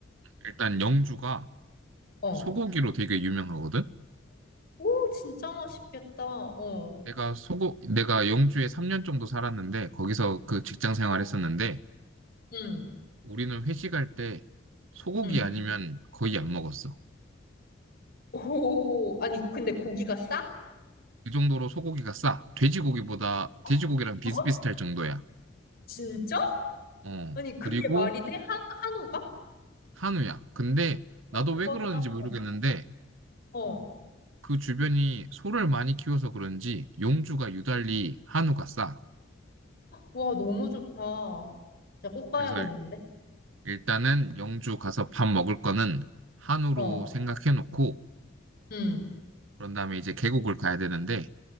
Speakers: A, on the right; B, on the left.
A: 일단 영주가
B: 어.
A: 소고기로 되게 유명하거든.
B: 오, 진짜 맛있겠다. 어,
A: 내가 소고 내가 영주에 3년 정도 살았는데 거기서 그 직장 생활했었는데
B: 어, 응,
A: 우리는 회식할 때 소고기
B: 응.
A: 아니면 거의 안 먹었어.
B: 오, 아니, 근데 고기가 싸?
A: 그 정도로 소고기가 싸. 돼지고기보다,
B: 어?
A: 돼지고기랑 비슷비슷할
B: 어?
A: 정도야.
B: 진짜?
A: 어,
B: 아니, 그게
A: 그리고
B: 말이 돼? 한, 한우가?
A: 한우야. 근데
B: 어,
A: 나도 왜
B: 대박이다.
A: 그러는지
B: 어,
A: 모르겠는데
B: 어.
A: 그 주변이 소를 많이 키워서 그런지 용주가 유달리 한우가 싸.
B: 와, 너무 좋다. 진짜 꼭 가야겠는데?
A: 그래서 일- 일단은 영주 가서 밥 먹을 거는 한우로
B: 어,
A: 생각해 놓고
B: 응,
A: 그런 다음에 이제 계곡을 가야 되는데